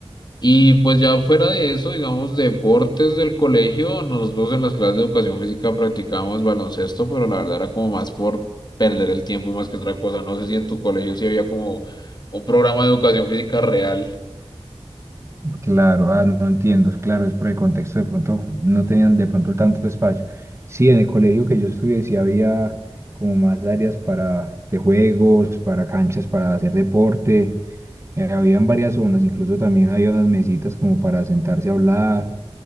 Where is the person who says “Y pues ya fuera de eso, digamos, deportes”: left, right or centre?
Left